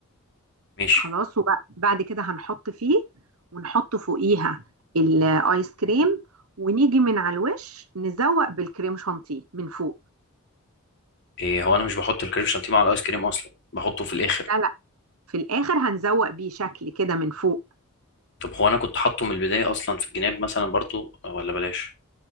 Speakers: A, on the left; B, on the right.
A: ماشي
B: خلاص وبعد كده هنحط فيه ونحط فوقيها الايس كريم ونيجي من على الوش نزوق بالكريم شانتيه من فوق
A: إيه هو انا مش بحط الكريم شانتيه مع الايس كريم اصلا بحطه في الاخر
B: لا لا في الاخر هنزوق بيه شكل كده من فوق
A: طب هو انا كنت حاطه من البدايه اصلا في الجناب مثلا برضو ولا بلاش